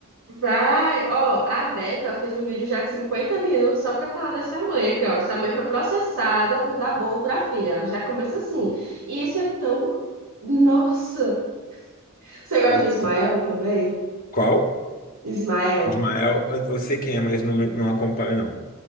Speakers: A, on the right; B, on the left.
A: Vai, ó, a Beta, ela fez um vídeo já de 50 minutos só pra falar dessa mãe aqui, ó. Essa mãe foi processada por dar bolo pra filha, ó. Já começa assim. E isso é tão. Nossa! Você gosta
B: Nossa.
A: do Ismael também?
B: Qual?
A: Ismael.
B: Ismael, eu eu sei quem é, mas não, não acompanho, não.